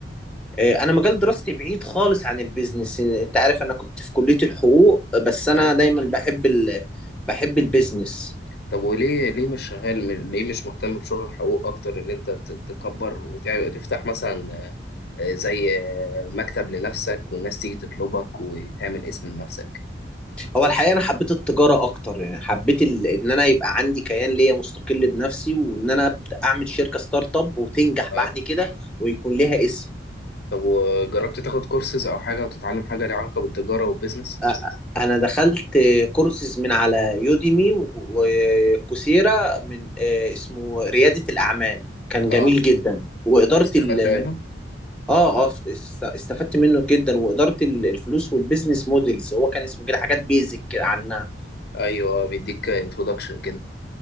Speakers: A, in the centre; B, on the left.
A: آه، انا مجال دراستي بعيد خالص عن البيزنس انت عارف انا كنت في كلية الحقوق بس انا
B: اه
A: دايما بحب ال... بحب البيزنس
B: طب وليه ليه مش شغال من- ليه مش مهتم بشغل الحقوق اكتر ان انت ت- تكبر وتعمل تفتح مثلا آه، آه، زي آه، مكتب لنفسك والناس تيجي تطلبك وتعمل اسم لنفسك
A: هو الحقيقة أنا حبيت التجارة أكتر يعني حبيت ال... إن أنا يبقى عندي كيان ليا مستقل بنفسي وإن أنا أبدأ أعمل شركة ستارت أب وتنجح
B: اه
A: بعد كده ويكون لها اسم
B: طب وجربت تاخد كورسز او حاجة وتتعلم حاجة ليها علاقة بالتجارة والبيزنس
A: أ- أنا دخلت كورسز من على يوديمي و- وكوسيرا من آه، اسمه ريادة الأعمال كان
B: اه
A: جميل جدا وإدارة
B: استفدت
A: ال
B: منه
A: آه آه است- استفدت منه جدا وإدارة ال- الفلوس والبيزنس موديلز هو كان اسمه كده حاجات بيزك عن
B: ايوه بيديك انترودكشن كده